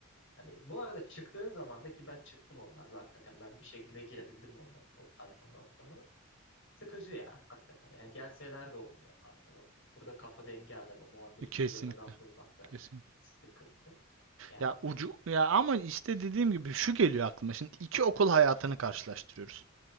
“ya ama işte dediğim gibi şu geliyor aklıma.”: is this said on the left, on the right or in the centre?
Right